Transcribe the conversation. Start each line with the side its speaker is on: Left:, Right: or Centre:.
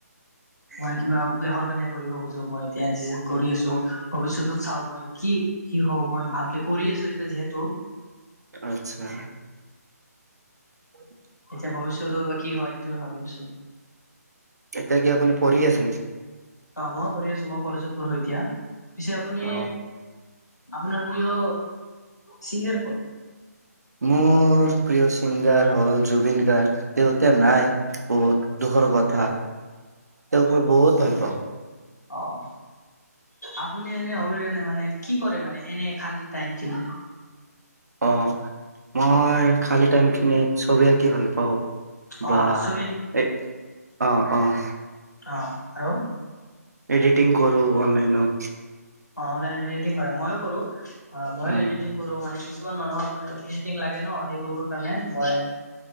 Right: <inaudible>
Left: মই কিবা দেশৰ কাৰণে কৰিব খোজো মই এতিয়া এন চি চি কৰি আছো, ভৱিষ্যতত চাও মই কি কি হও মই ভালকে কৰি আছো এতিয়া যিহেতু
Right: আচ্ছা। <inaudible>
Left: এতিয়া ভৱিষ্যতৰ বা কি হয় এইটোয়ে ভাবিছো।
Right: এতিয়া কি আপুনি পঢ়ি আছে নেকি?
Left: অঁহ মই পঢ়ি আছো, মই কলেজত পঢ়ো এতিয়া। পিছে আপুনি
Right: অ
Left: আপোনাৰ প্ৰিয় চিংগাৰ কোন?
Right: মোৰ প্ৰিয় ছিংগাৰ হ'ল জুবিন গাৰ্গ। তেওঁ এতিয়া নাই বহুত দুখৰ কথা। তেওঁক মই বহুত ভাল পাওঁ।
Left: অঁ, আপুনি এনে অবিহনে মানে কি কৰে মানে এনে খালি টাইম খিনি?
Right: অঁহ, মই খালি টাইম খিনিত চবি আঁকি ভাল পাওঁ। বাহ
Left: অ ছবি
Right: এ অঁহ অঁ।
Left: অঁহ আৰু।
Right: এদিতিং কৰো অনলাইনত।
Left: অঁহ অনলাইনত এডিটিং কৰা, মইয়ো কৰো অঁহ মই
Right: অ
Left: এডিটিং কৰো মানে, কিছুমান মানুহক মানে এদিতিং লাগে ন, সেইবোৰৰ কাৰণে মই